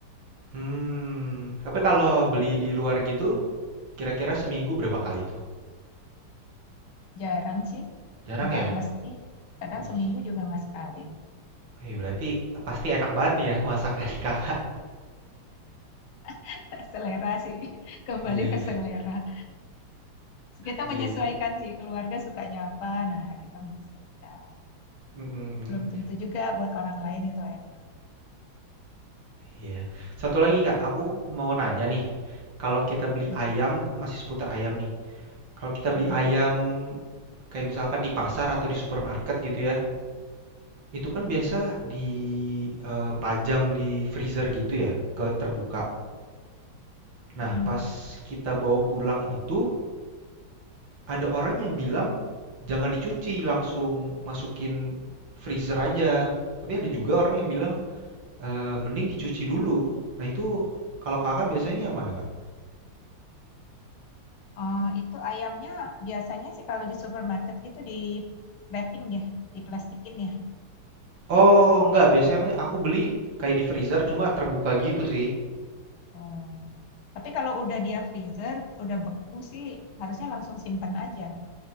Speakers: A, on the right (about 65°); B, on the left (about 80°).
A: hmm, tapi kalau beli di luar gitu kira-kira seminggu berapa kali tuh?
B: Jarang sih,
A: Jarang
B: nggak
A: ya?
B: mesti. Kadang
A: Wih.
B: seminggu juga nggak sekali.
A: Wih, berarti pasti enak banget nih ya masakan <laughs> kakak.
B: <laughs> Selera sih, <laughs> kembali
A: Iya, iya,
B: ke selera. Kita
A: iya,
B: menyesuaikan
A: iya.
B: sih, keluarga sukanya apa, nah kita menyesuaikan.
A: Mm, mm, mm.
B: Belum tentu juga buat orang lain itu enak.
A: Iya. Satu lagi, Kak, aku mau nanya nih. Kalau kita beli
B: Mm-mm.
A: ayam, masih seputar ayam nih. Kalau kita beli
B: Mm-mm.
A: ayam kayak misalkan di pasar atau di supermarket gitu ya, itu kan biasa dipajang di freezer gitu ya, ke terbuka. Nah,
B: Mm-mm.
A: pas kita bawa pulang itu, ada orang yang bilang jangan dicuci, langsung masukin freezer aja. Tapi ada juga orang yang bilang Eee, mending dicuci dulu. Nah itu kalau Kakak biasanya yang mana, Kak?
B: Oh, itu ayamnya biasanya sih kalau di supermarket gitu di wrapping ya, diplastikin ya.
A: Oh enggak, biasanya aku beli kayak di freezer cuma terbuka gitu sih.
B: Oh. Tapi kalau udah dia freezer, udah beku sih harusnya langsung simpen aja.